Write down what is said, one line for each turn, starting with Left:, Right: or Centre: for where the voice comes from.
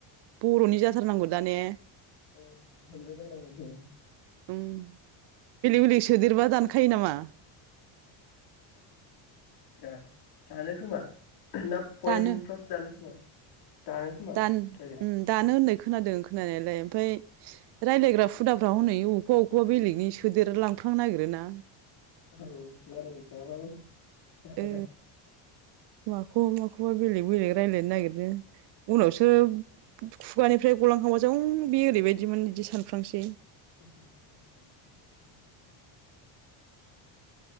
Right: बर'नि जाथारनांगौ दा ने?
Left: औ <unintelligible> जानांगौ दे।
Right: ओं बेलेग बेलेग सोदेरबा दानखायो नामा?
Left: जा दानो खोमा ना पइन्टफ्रावसो
Right: दानो
Left: दानो खोमा दानो खोमा
Right: दान
Left: दाइरेक्ट
Right: उम दानो होननाय खोनादों खोनानायालाय ओमफाय रायलायग्रा हुदाफ्रा हनै बबेबा अबेखौबा बेलेगनि सोदेर लांफ्लांनो नागिरोना।
Left: औ लायरायबाय थायाबाबो <inaudible>
Right: ओ माखौबा माखौबा बेलेग बेलेग रायलायनो नायगिरो। उनावसोब खुगानिफ्राय गलांखांबासो उम बेयो ओरैबायदिमोन बिदि सानफ्लांसै।
Left: <inaudible>